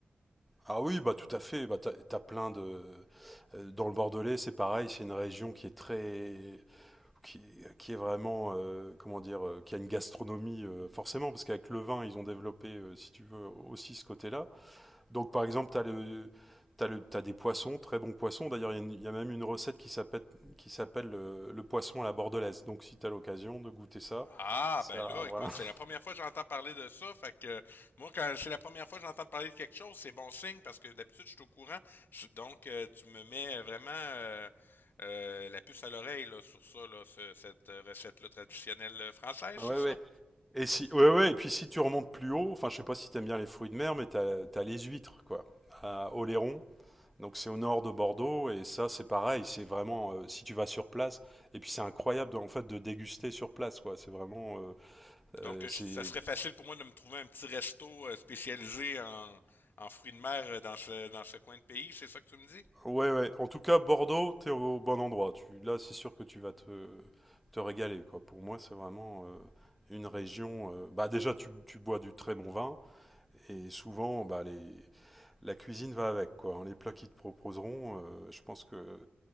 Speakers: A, in the centre; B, on the left (about 65°).
A: Ah oui, bah tout à fait. Bah t'as, t'as plein de, euh, dans le Bordelais, c'est pareil. C'est une région qui est très, qui, qui est vraiment, euh, comment dire, euh, qui a une gastronomie euh, forcément, parce qu'avec le vin, ils ont développé, euh, si tu veux, aussi ce côté-là. Donc par exemple, tu as le... T'as, le, t'as des poissons, très bons poissons. D'ailleurs, il y a une- il y, a même une recette qui s'appelle, qui s'appelle euh, le poisson à la bordelaise. Donc, si t'as l'occasion de goûter ça,
B: Ah,
A: ça,
B: ben là,
A: voilà.
B: écoute, c'est la
A: <laughs>
B: première fois que j'entends parler de ça. Fait que euh, moi, quand c'est la première fois que j'entends parler de quelque chose, c'est bon signe parce que d'habitude, je suis au courant. Je- donc, euh, tu me mets vraiment euh, euh, la puce à l'oreille là, sur ça, là, ce- cette euh, recette-là traditionnelle euh, française,
A: Ouais,
B: c'est ça?
A: ouais. Et si, ouais, ouais. Et puis, si tu remontes plus haut, enfin, je sais pas si t'aimes bien les fruits de mer, mais t'as, t'as les huîtres, quoi, à Oléron. Donc, c'est au nord de Bordeaux, et ça, c'est pareil. C'est vraiment, euh, si tu vas sur place, et puis c'est incroyable, de- en fait, de déguster sur place, quoi. C'est vraiment, euh, euh,
B: Donc, euh,
A: c'est
B: je- ça serait facile pour moi de me trouver un petit resto euh, spécialisé en, en fruits de mer euh, dans ce, dans ce coin de pays, c'est ça que tu me dis?
A: Ouais, ouais. En tout cas, Bordeaux, t'es au bon endroit. Tu, là, c'est sûr que tu vas te, te régaler, quoi. Pour moi, c'est vraiment euh, une région. euh, bah, déjà, tu, tu bois du très bon vin et souvent, bah, les, la cuisine va avec, quoi. hein. Les plats qu'ils te proposeront, euh, je pense que